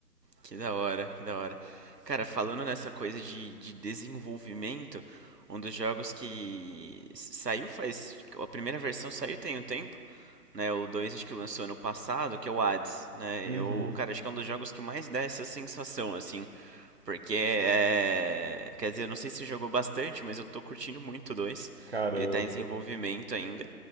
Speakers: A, on the right; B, on the right.
A: Que da hora, que da hora. Cara, falando nessa coisa de, de desenvolvimento, um dos jogos que s- saiu faz. A primeira versão saiu tem um tempo. né, o 2 que lançou ano passado, que é o Hades, né?
B: Uhum.
A: Eu, cara, acho que é um dos jogos que mais dá essa sensação, assim, porque é, quer dizer, eu não sei se jogou bastante, mas eu tô curtindo muito o 2.
B: Cara,
A: Ele
B: eu...
A: tá em desenvolvimento ainda.